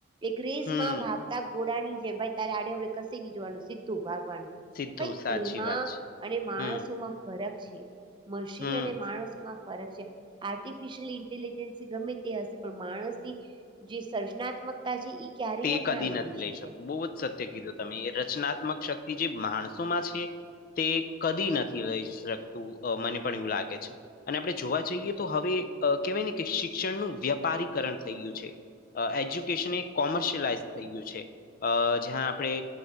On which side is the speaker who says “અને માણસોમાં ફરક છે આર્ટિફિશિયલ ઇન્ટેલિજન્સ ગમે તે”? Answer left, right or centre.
Right